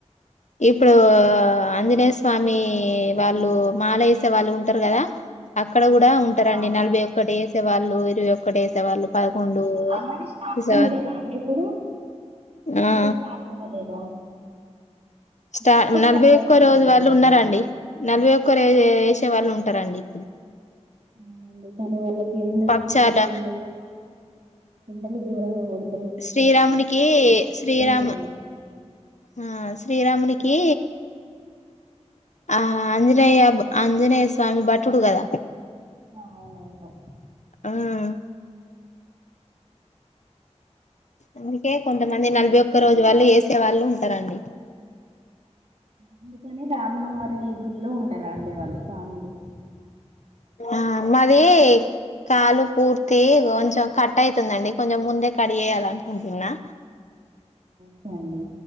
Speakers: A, on the left; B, on the right.
A: ఇప్పుడూ ఆంజనేయ స్వామి వాళ్ళు మాలేసే వాళ్ళు ఉంటారు గదా అక్కడ
B: ఆ,
A: కూడా
B: అవును
A: ఉంటారండి
B: స్వాములు
A: నలభై ఒక్క డేస్ వాళ్ళు ఇరవై ఒక్కటి వేసేవాళ్ళు పదకొండు
B: ఆల్రెడీ స్టార్ట్ అయింది
A: సార్
B: కదా అండి ఇప్పుడు
A: ఆ
B: ఇంకా స్టార్ట్ అవ్వలేదా
A: స్టా
B: ఇప్పుడే
A: నలభై
B: స్టార్ట్
A: ఒక్క
B: అవుతున్నట్టుంది
A: రోజు వాళ్ళు
B: కదా
A: ఉన్నారండి
B: అండి
A: నలభై ఒక్క రోజు చేసే వాళ్ళు ఉంటారండి ఇప్పుడు
B: అవునండి కాని వాళ్ళకి ఎండలు
A: పప్చాల
B: కోసం ఉండ ఎండలు గోరంగ గొడు
A: శ్రీరామునికీ శ్రీరాము
B: ఏమో
A: ఆ శ్రీరామునికీ ఆ ఆంజనేయ ఆంజనేయ స్వామి భటుడు కదా
B: అవునవును
A: ఉమ్.. అందుకే కొంతమంది నలభై ఒక్క రోజు వాళ్ళు వేసే వాళ్ళు ఉంటారంండి
B: అందుకని రాములు వారి గుళ్ళో ఉంటారా అండి వాళ్ళు స్వాములు
A: ఆ మాదీ కాలు పూర్తి కొంచెం కట్ అయితుందండి కొంచెం ముందే కట్ చేయాల నుకుంటున్నా
B: కే అండి